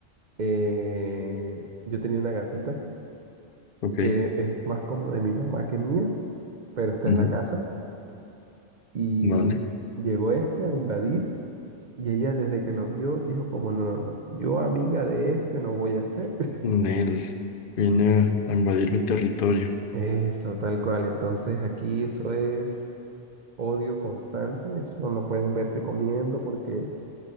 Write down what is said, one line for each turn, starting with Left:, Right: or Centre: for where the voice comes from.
Right: eh, yo tenía una gatita
Left: Ok,
Right: que es más como de mi mamá que mía, pero está
Left: ujú,
Right: en la casa y
Left: Vale.
Right: llegó este a invadir y ella desde que lo vio dijo como no, no, no, yo amiga de este no voy a ser. <laughs>
Left: Nel viene a a invadir mi territorio.
Right: Eso, tal cual. Entonces aquí eso es odio constante, eso no pueden verse comiendo porque